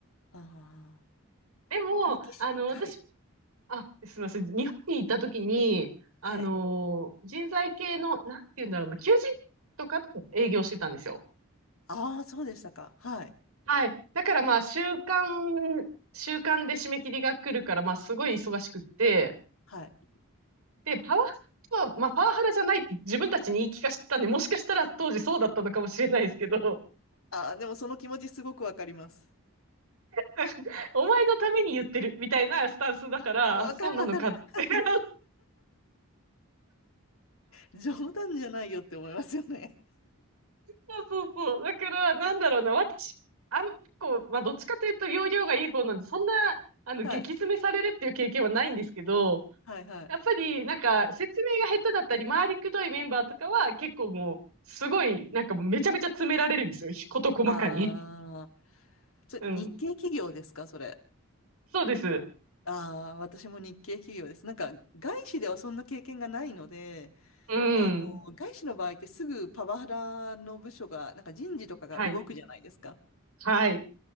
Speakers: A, on the left; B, on the right.
A: ああ
B: でも、
A: ー。メキシ、
B: あの、私、
A: はい。
B: あ、すみません、日本に行った時に、あの、
A: はい。
B: 人材系の、なんて言うんだろうな、求人とかと営業してたんですよ。
A: ああ、そうでしたか。はい。
B: はい。だからまあ、週間、週間で締め切りが来るから、まあ、すごい忙しくって、
A: はい。
B: で、パワハラは、まあ、パワハラじゃないって自分たちに言い聞かせてたんで、もしかしたら当時そうだったのかもしれないですけど、
A: ああ、でもその気持ちすごくわかります。
B: <laughs> お前のために言ってるみたいなスタンスだから、
A: わかるわかる。
B: あそうなのかって
A: <laughs>
B: <laughs>
A: 冗談じゃないよって思いますよね。<laughs>
B: そうそうそう。だから、なんだろうな、私、あん、結構、まあ、どっちかというと、容量がいい方なんで、そんな、あの、
A: はい。
B: 激詰めされるっていう経験はないんですけど、
A: はいはい。
B: やっぱり、なんか、説明が下手だったり、回りくどいメンバーとかは、結構もう、すごい、なんかもう、めちゃめちゃ詰められるんですよ。事細かに。
A: ああ、それ日系企業ですか、
B: うん。
A: それ。
B: そうです。
A: ああ、私も日系企業です。なんか、外資ではそんな経験がないので、
B: うん。
A: あの、外資の場合ってすぐパワハラの部署が、なんか人事とかが動くじゃないですか。
B: はい。はい。